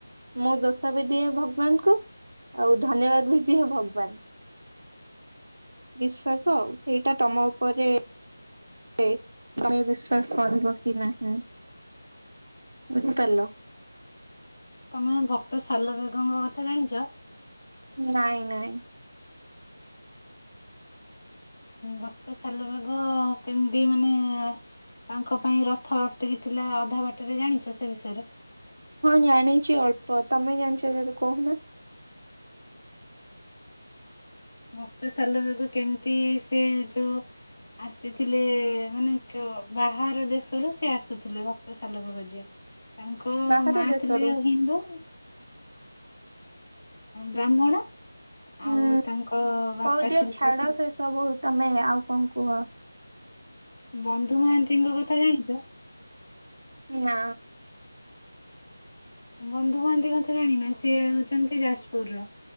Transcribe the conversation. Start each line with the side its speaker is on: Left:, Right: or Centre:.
Right: ମୁଁ ଦୋଷା ବି ଦିଏ ଭଗବାନ କ ଆଉ ଧନ୍ୟବାଦ ବି ଦିଏ ଭଗବାନ ବିଶ୍ଵାସ ଆଉ ସେଇଟା ତମ ଉପରେ ଆମେ ବିଶ୍ୱାସ କରିବ କି ନାହିଁ। ବୁଝିପାରିଲ?
Left: ତମେ ଭକ୍ତ ସାଲ ବେଗଙ୍କ କଥା ଜାଣିଚ
Right: ନାଇଁ ନାଇଁ।
Left: ଭକ୍ତ ସାିଲ ବାଗ କେମିତି ମାନେ ତାଙ୍କ ପାଇଁ ରଥ ଅତିକିଥିଲା ଅଧା ବାଟରେ ଜାଣିଛ ସେ ବିଷୟରେ?
Right: ହଁ ଜାଣିଛି ଅଳ୍ପ ତମେ ଜାଣିଛ ଜଦୀ କହୁନା।
Left: ମୁକ୍ତ ସାଲ ବେଗ କେମିତି ସେ ଯୋଉ। ଆସିଥିଲେ ମାନେ ବାହାର ଦେଶରୁ ସେିଏ ଆସୁଥିଲେ ଭକ୍ତ ସାଲ ବେଗ ଯିଏ। ତାଙ୍କ
Right: ବାହାର
Left: ମା
Right: ଦେଶରୁ
Left: ଥିଲେ ହିନ୍ଦୁ। ବ୍ରାହ୍ମଣ
Right: ହୁଁ
Left: ଆଉ ତାଙ୍କ ବାପା
Right: ହଉ ଦିଅ
Left: ଥିଲେ
Right: ଛାଡ ସେ ସବୁ ତମେ ଆଉ କଣ କୁହ?
Left: ବନ୍ଧୁ ମହାନ୍ତିଙ୍କ କଥା ଜାଣିଛ?
Right: ନା
Left: ବନ୍ଧୁ ମହାନ୍ତି କଥା ଜାଣିନା ସିଏ ହଉଛନ୍ତି ଯାଜପୁର ର।